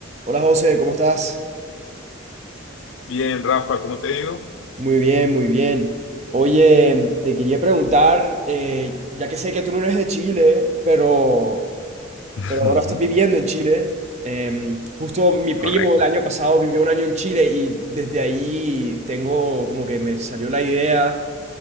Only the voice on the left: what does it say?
Bien, Rafa, ¿cómo te digo?
Ujú,
Correcto.